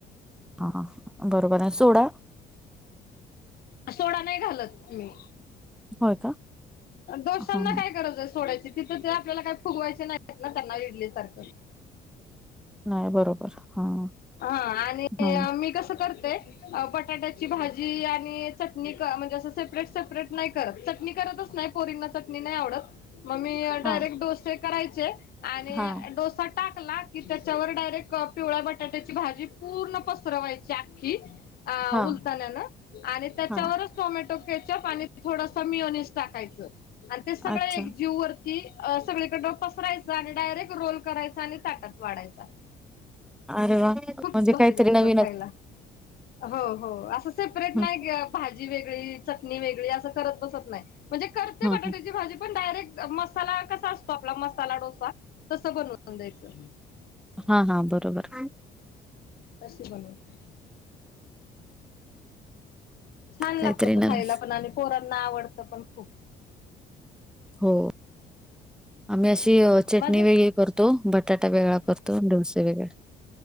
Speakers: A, in the centre; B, on the left (about 65°).
A: हा बरोबर आहे सोडा?
B: सोडा नाही घालत मी.
A: होय का?
B: डोस्यांना
A: हां, हां.
B: काय गरजय सोड्याची तिथं ते आपल्याला काय फुगवायचे नाहीत ना त्यांना इडली सारखं.
A: नाही बरोबर. हां.
B: हा आणि
A: हां.
B: मी कसं करते बटाट्याची भाजी आणि चटणी म्हणजे असं सेपरेट सेपरेट नाही करत चटणी करतच नाही पोरींना चटणी नाही आवडत. मग मी
A: हां,
B: डायरेक्ट डोसे करायचे आणि
A: हां,
B: डोसा टाकला की त्या त्याच्यावर डायरेक्ट पिवळ्या बटाट्याची भाजी पूर्ण पसरवायची आख्खी अ
A: हां,
B: उलतन्यान आणि त्याच्यावरच
A: हां.
B: टोमॅटो केचप आणि थोडसं मिऑनिस्ट टाकायचं. आणि ते सगळं
A: अच्छा.
B: एक जीव वरती अ सगळीकडन पसराय च आणि डायरेक्ट रोल करायचा आणि ताटात वाढायचा.
A: अरे वा म्हणजे
B: खूप भारी
A: काहीतरी
B: लागतं
A: नवीनच
B: खायला हो हो असं सेपरेट
A: हं.
B: नाहीगं भाजी वेगळी, चटणी वेगळी असं करत बसत नाही. म्हणजे करते
A: हं,
B: बटाट्याची
A: हं.
B: भाजी पण डायरेक्ट मसाला कसा असतो आपला मसाला डोसा तसं बनवून द्यायचं.
A: हा. हा. बर. बर.
B: तसे बनवत- छान
A: काहीतरी
B: लागतं
A: नवीन.
B: खायला पण आणि पोरांना आवडतं पण खूप
A: हो. आम्ही
B: हम्म,
A: अशी चटणी
B: माझे
A: वेगळी करतो. बटाटा वेगळा करतो, डोसे वेगळे.